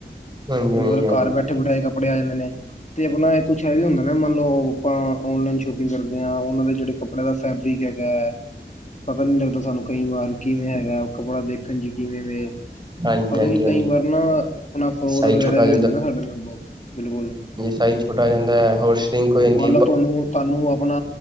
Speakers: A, on the right; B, on the left.
A: ਹਾਂਜੀ
B: ਤੇ
A: ਹਾਂਜੀ ਹਾਂਜੀ
B: ਮਤਲਬ ਘਰ ਬੈਠੇ ਬੈਠਾਏ ਕੱਪੜੇ ਆ ਜਾਂਦੇ ਨੇ। ਤੇ ਆਪਣਾ ਕੁਛ ਇਹ ਵੀ ਹੁੰਦਾ ਨਾ ਮੰਨ ਲਓ ਆਪਾਂ ਆਨਲਾਈਨ ਸ਼ੋਪਿੰਗ ਕਰਦੇ ਹਾਂ। ਉਹਨਾਂ ਦੇ ਜਿਹੜੇ ਕੱਪੜੇ, ਕੱਪੜੇ ਦਾ ਫੈਬਰਿਕ ਹੈਗਾ ਹੈ। ਪਤਾ ਨਹੀਂ ਲੱਗਦਾ ਸਾਨੂੰ ਕਈ ਵਾਰ ਕਿਵੇਂ ਹੈਗਾ ਕੱਪੜਾ ਦੇਖਣ ਚ ਕਿਵੇਂ ਵੇ।
A: ਹਾਂਜੀ
B: ਪਤਾ
A: ਹਾਂਜੀ
B: ਜੀ
A: ਹਾਂਜੀ
B: ਕਈ ਵਾਰ ਨਾ ਆਪਣਾ ਫਰੋਡ
A: ਸਾਈਜ਼
B: ਵਗੈਰਾ
A: ਛੋਟਾ
B: ਵੀ
A: ਆ
B: ਹੋ ਜਾਂਦਾ ਨਾ ਸਾਡੇ ਨਾਲ ਬਹੁਤ ਬਿਲਕੁਲ।
A: ਕੋਈ ਛੋਟਾ ਹੋ ਜਾਂਦਾ ਹੈ ਹੋਰ ਸ਼ਰਿੰਕ ਹੋ ਜਾਂਦੀ
B: ਮੰਨ
A: ਹੈ।
B: ਲਓ ਤੁਹਾਨੂੰ ਤੁਹਾਨੂੰ ਆਪਣਾ